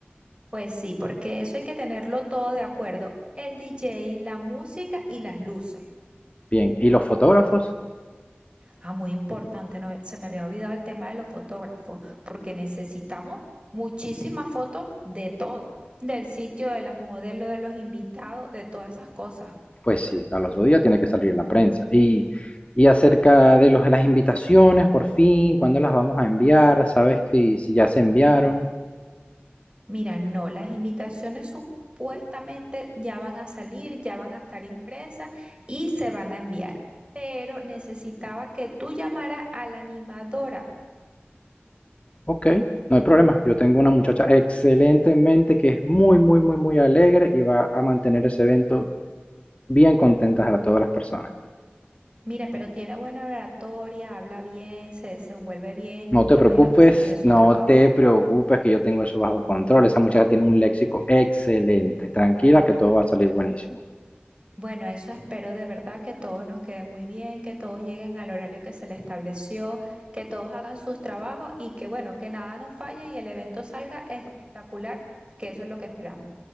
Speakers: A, on the right; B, on the left.
A: Pues sí, porque eso hay que tenerlo todo de acuerdo. El DJ, la música y las luces.
B: Bien, ¿y los fotógrafos?
A: Ah, muy importante, no, se me había olvidado el tema de los fotógrafos, porque necesitamos muchísimas fotos de todo, del sitio, de las modelos, de los invitados, de todas esas cosas.
B: Pues sí, al otro día tiene que salir en la prensa. Y, y acerca de los, de las invitaciones, por fin, ¿cuándo las vamos a enviar? ¿Sabes que, si ya se enviaron?
A: Mira, no, las invitaciones supuestamente ya van a salir, ya van a estar impresas y se van a enviar pero necesitaba que tú llamaras a la animadora
B: Ok, no hay problema. Yo tengo una muchacha excelente en mente que es muy, muy, muy, muy alegre y va a mantener ese evento bien contentas a todas las personas.
A: Mira, pero tiene buena oratoria, habla bien, se desenvuelve bien.
B: No te
A: Me
B: preocupes,
A: imagino que hace muy bien su
B: no
A: trabajo.
B: te preocupes que yo tengo eso bajo control. Esa muchacha tiene un léxico excelente. Tranquila que todo va a salir buenísimo.
A: Bueno, eso espero de verdad que todos nos quede muy bien, que todos lleguen al horario que se les estableció, que todos hagan sus trabajos y que bueno, que nada nos falle y el evento salga espectacular, que eso es lo que esperamos.